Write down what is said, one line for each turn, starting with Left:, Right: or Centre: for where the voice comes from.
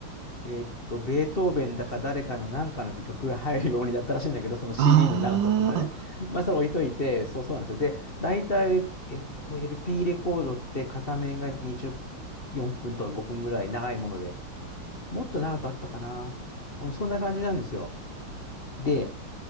Left: えーっと、ベートーベンだか誰かの何かの曲が入るようにだったらしいんだけど、その CD
Right: あーあ、
Left: の長さっていうのはね。まあ、それ置いといて、そうそうなんですよ。で、大体、えっと、LP レコードって片面が20、4分とか5分ぐらい長いもので、もっと長かったかな。うん、そんな感じなんですよ。で、